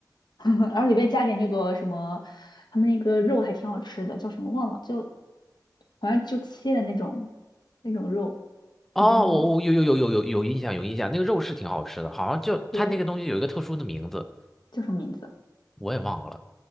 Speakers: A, on the left; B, in the centre.
A: <laughs> 然后里面加点那个什么，他们那个肉还挺好吃的，叫什么忘了，就好像就切的那种那种肉，
B: 哦，
A: 已经忘了，
B: 我我有有有有有有印象，有印象，那个肉是挺好吃的，好像就它那个东西有一个特殊的名字，
A: 对，叫什么名字啊？
B: 我也忘了。